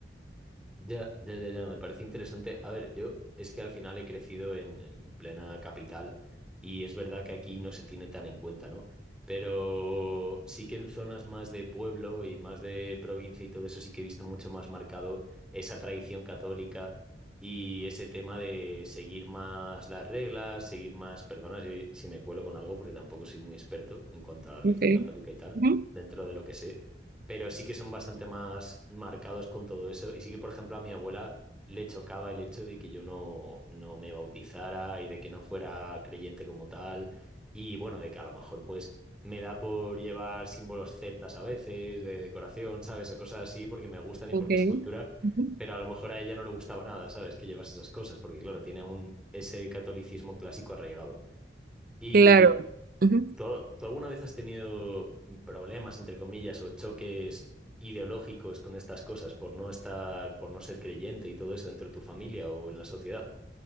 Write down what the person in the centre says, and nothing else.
Ya, ya, ya, ya, me parece interesante. A ver, yo es que al final he crecido en, en plena capital y es verdad que aquí no se tiene tan en cuenta, ¿no? Pero sí que en zonas más de pueblo y más de provincia y todo eso sí que he visto mucho más marcado esa tradición católica y ese tema de seguir más las reglas, seguir más, perdona si, si me cuelo con algo porque tampoco soy muy experto en cuanto a la religión
católica y tal,
dentro de lo que sé pero sí que son bastante más marcados con todo eso. Y sí que, por ejemplo, a mi abuela le chocaba el hecho de que yo no, no me bautizara y de que no fuera creyente como tal. Y bueno, de que a lo mejor pues me da por llevar símbolos celtas a veces, de decoración, ¿sabes? O cosas así porque me gustan y porque
es cultura,
pero a lo mejor a ella no le gustaba nada, ¿sabes? Que llevas esas cosas, porque claro, tiene un, ese catolicismo clásico arraigado. Y
¿Tú, al- tú alguna vez has tenido mm, problemas, entre comillas, o choques ideológicos con estas cosas por no estar, por no ser creyente y todo eso dentro de tu familia o en la sociedad?